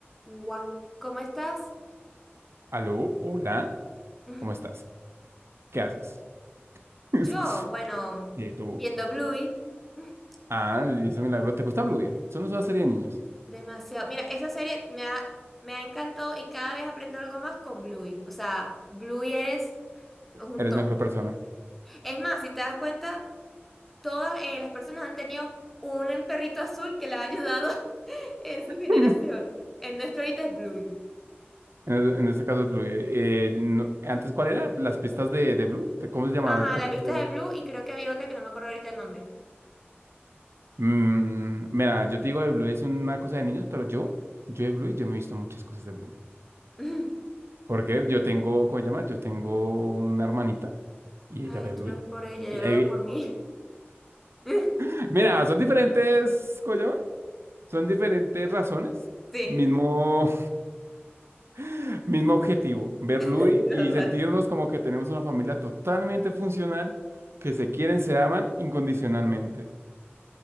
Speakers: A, in the centre; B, on the right (about 70°).
A: Guau, ¿cómo estás?
B: Aló, hola,
A: <laughs>
B: ¿cómo estás? ¿Qué haces? <laughs>
A: Yo, bueno,
B: Eh, tú.
A: viendo Bluey, <laughs>
B: Ah, y ese milagro. ¿Te gusta Bluey? Eso no es una serie de niños.
A: demasiado. Mira, esa serie me ha, me ha encantado y cada vez aprendo algo más con Bluey. O sea, Bluey es un
B: Eres
A: top.
B: mejor persona.
A: Es más, si te das cuenta, todas eh, las personas han tenido un perrito azul que le ha ayudado <laughs> en su generación.
B: <laughs>
A: El nuestro ahorita es Bluey.
B: En, e- en este caso es Bluey. Eh, no- antes, ¿cuál era? ¿Las pistas de, de Blue? ¿De cómo se llamaba
A: Ajá,
B: el perrito?
A: la pista de Blue y creo que había otra que no me acuerdo ahorita el nombre.
B: Mm, mira, yo te digo de Bluey es una cosa de niños, pero yo, yo de Bluey, yo me he visto muchas cosas de Bluey.
A: <laughs>
B: Porque yo tengo, ¿cómo se llama? Yo tengo una hermanita y
A: Ay,
B: ella ve
A: tú
B: Bluey.
A: lo ves por ella, yo
B: Y
A: lo
B: ahí,
A: veo
B: vi-
A: por mí. <laughs>
B: <laughs> mira, son diferentes, ¿cómo se llama? Son diferentes razones,
A: Sí,
B: mismo, <laughs> mismo objetivo, ver Bluey
A: total.
B: y sentirnos como que tenemos una familia totalmente funcional, que se quieren, se aman incondicionalmente.